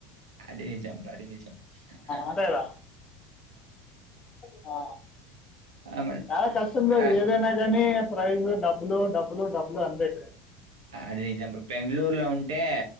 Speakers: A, on the right; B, on the left.
A: అది నిజం రా అది నిజం హా
B: అంతే కదా ఆ
A: ఆ! మరి
B: చాలా కష్టంలో
A: ఆహ్,
B: ఏదైనా గాని ప్రైజ్ డబ్బులు డబ్బులు డబ్బులు అంతే ఇక్కడ
A: అది నిజం బ్రో బెంగళూరులో ఉంటే